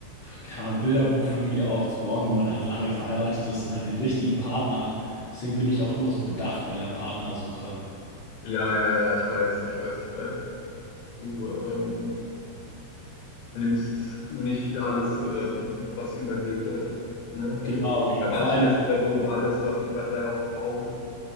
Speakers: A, on the left (about 55°); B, on the left (about 80°).
A: keine Ahnung, Bilderbuchfamilie aufzubauen, wo man halt lange verheiratet ist und halt den richtigen Partner hat. Deswegen bin ich auch immer so bedacht bei der Partnersuche.
B: Ja, ja, ja, ich weiß, ich weiß, ich weiß. Du, ähm, nimmst nicht alles, ähm, was dir über den Weg läuft. Ne? Also
A: Genau, genau,
B: bei manchen
A: vor allem,
B: ist es ja so, alles, was nicht bei drei auf dem Baum ist.